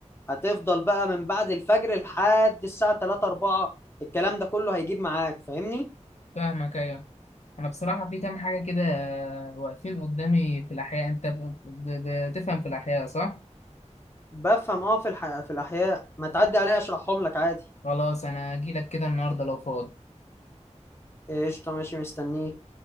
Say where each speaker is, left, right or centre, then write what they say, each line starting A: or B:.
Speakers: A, on the left (about 20°); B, on the left (about 65°).
A: هتفضل بقى من بعد الفجر لحد الساعة 3 4 الكلام ده كله هيجيب معاك فاهمني
B: فاهمك ايوه انا بصراحة في كام حاجة كده آه، واقفين قدامي في الاحياء انت ب- ب- بتفهم في الاحياء صح؟
A: بفهم اه في الح... في الأحياء ما تعدي عليا اشرحهم لك عادي
B: خلاص انا هجيلك كده النهارده لو فاضي
A: قشطة ماشي مستنيك